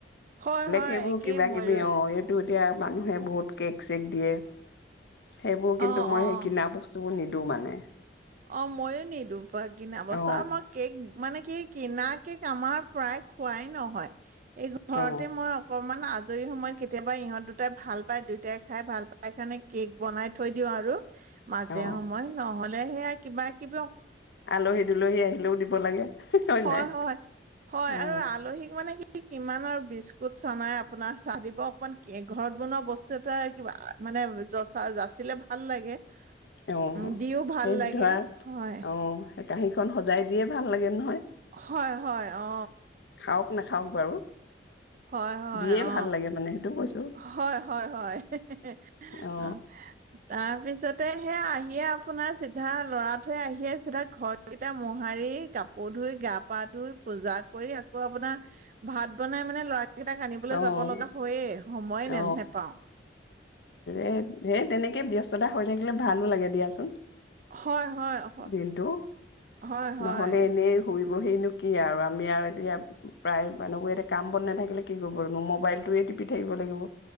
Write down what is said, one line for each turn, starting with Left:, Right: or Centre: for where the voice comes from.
Right: হয় হয়।
Left: সেইবোৰ
Right: একেই
Left: কিবা
Right: ময়ো
Left: কিবি অ এইটো এতিয়া মানুহে বহুত কেক চেক দিয়ে। সেইবোৰ কিন্তু
Right: অ
Left: মই
Right: অ
Left: সেই কিনা বস্তু বোৰ নিদিও টো মানে।
Right: অ মইয়ো নিদো পা কিনা বছৰ
Left: অ
Right: মই কেক মানে কি কিনা কেক আমাৰ প্ৰায় খোৱাই নহয়। এই ঘৰতে
Left: অ
Right: মই অকমান আজ আজৰি সময়ত কেতিয়াবা ইহঁত দুটাই ভাল পায় দুইটাই খাই ভাল পাই কাৰণে কেক বনাই থৈ দিওঁ আৰু। মাজে
Left: অ
Right: সময় নহ'লে, সে কিবা কিব
Left: আলহী দুলহী আহিলেও দিব লাগে
Right: হয়
Left: নাই
Right: হয় হয়
Left: অ
Right: আৰু আলহীক মানে কি কি কিমান আৰু বিস্কুট চানাই আপোনাৰ চাহ দিব অকন ঘৰত বনোৱা বস্তু এটা কিবা মানে যচা যাচিলে ভাল লাগে
Left: অ
Right: উ দিও ভাল
Left: সেই
Right: লাগে
Left: ধৰা
Right: হয়
Left: অ কাঁহীখন সজাই দিয়ে ভাল লাগে নহয়
Right: হয় হয় অ
Left: খাওক নাখাওক বাৰু
Right: হয় হয়
Left: দিয়ে
Right: অ
Left: ভাল লাগে মানে সেইটো কৈছো
Right: হয় হয় হয় হে হে
Left: অ
Right: হে তাৰপিছতে আহিয়ে আপোনাৰ চিধা ল'ৰাটোৱে আহিয়ে চিধা ঘৰ কেইটা মোহাৰি কাপোৰ ধুই গা পা ধুই পূজা কৰি আকৌ আপোনাৰ ভাত বনাই মানে লৰা কেইটাক আনিবলৈ
Left: অ
Right: যাব লগা হৈয়ে সময়ে
Left: অ
Right: নে নেপাওঁ
Left: এ ধে তেনেকে ব্যস্ত স্তটা হৈ থাকিলে ভালো লাগে দিয়াচোন
Right: হয়, হয়, হয়,
Left: দিনতো
Right: হয়, হয়।
Left: নহ'লে এনেই শুই-বহিনো কি আৰু আ আমি আৰু এতিয়া প্ৰায় মানুহবোৰ এতিয়া কাম বন নেথাকিলে কি কৰিব মোবাইলটোয়ে টিপি থাকিব লাগিব